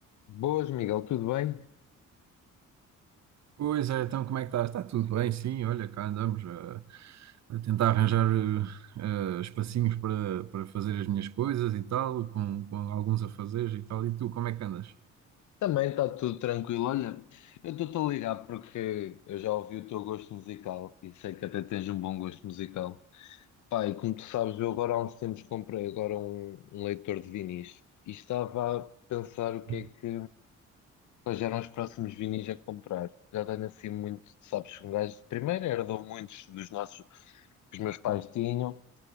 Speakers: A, on the left; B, on the right.
A: Boas, Miguel, tudo bem?
B: Pois é, então como é que estás? Está tudo bem, sim, olha, cá andamos a, a tentar arranjar eh, eh, espacinhos para, para fazer as minhas coisas e tal, com, com alguns afazeres e tal. E tu, como é que andas?
A: Também está tudo tranquilo. Olha, eu estou-te a ligar porque eu já ouvi o teu gosto musical e sei que até tens um bom gosto musical. Pai, como tu sabes, eu agora há uns tempos comprei agora um, um leitor de vinis e estava a pensar o
B: Sim.
A: que é que quais eram os próximos vinis a comprar. Já tenho assim muito, sabes, um gajo primeiro herdou muitos dos nossos que os meus pais tinham.